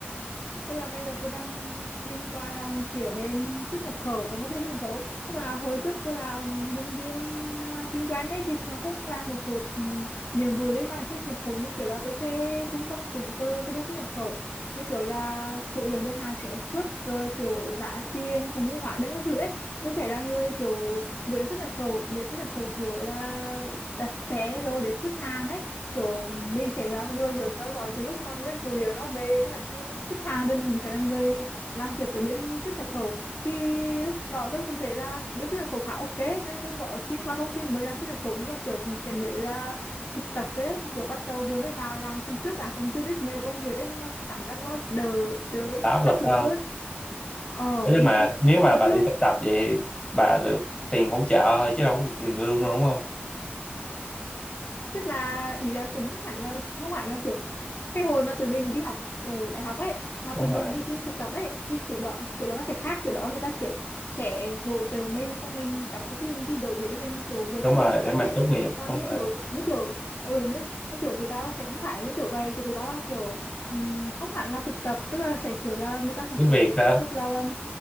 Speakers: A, on the left; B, on the left.
A: Tức là bây giờ tôi đang xin qua làm phía bên xuất nhập khẩu. Ông có biết xuất nhập khẩu? không? Tức là hồi trước tôi là nhân viên à, kinh doanh ấy thì nó cũng làm một số ừm, nhiệm vụ liên quan đến xuất nhập khẩu như kiểu là tôi sẽ cung cấp chứng từ cho bên xuất nhập khẩu như kiểu là số lượng đơn hàng sẽ xuất rồi kiểu giá tiền cũng như hóa đơn các thứ ấy tôi sẽ là người kiểu gửi xuất nhập khẩu để xuất nhập khẩu kiểu là đặt xe rồi để xuất hàng ấy kiểu mình sẽ là người kiểu theo dõi từ lúc mà nguyên phụ liệu nó về sau này khi xuất hàng thì mình cũng sẽ là người làm việc với bên xuất nhập khẩu thì lúc đó tôi cũng thấy là bên xuất nhập khẩu khá ok nên tôi có xin qua công ty mới làm xuất nhập khẩu nhưng mà kiểu cũng sẽ mới là thực tập thôi ấy. kiểu bắt đầu vừa mới vào làm tuần trước cả còn chưa biết nhiều về công việc ấy nhưng mà cảm giác nó đỡ đỡ nó
B: Bà áp lực
A: áp lực
B: hơn.
A: hơn ờ
B: Ủa, Nhưng
A: vì
B: mà nếu
A: hồi
B: mà bà
A: trước
B: đi thực tập vậy thì bà được tiền hỗ trợ thôi chứ đâu có được tiền lương đâu đúng không?
A: tức là ý là cũng hẳn là không hẳn là kiểu cái hồi mà tụi mình đi học ở đại học ấy mà
B: Đúng
A: tụi mình
B: rồi,
A: đi xin thực tập ấy thì kiểu đó kiểu đó nó sẽ khác kiểu đó người ta kiểu sẽ hỗ trợ mình cho mình đóng cho cái mình ghi dụ để cho mình kiểu vượt
B: đúng
A: qua
B: rồi
A: cái thực tập
B: để mình
A: ấy
B: tốt nghiệp,
A: còn
B: đúng
A: như
B: rồi.
A: kiểu như kiểu ừ như như kiểu tụi tao là sẽ không phải như kiểu vậy kiểu tụi tao là kiểu ừm, không hẳn là thực tập tức là sẽ kiểu là người ta cũng
B: Cứ
A: sẽ
B: việc ha,
A: tức là, là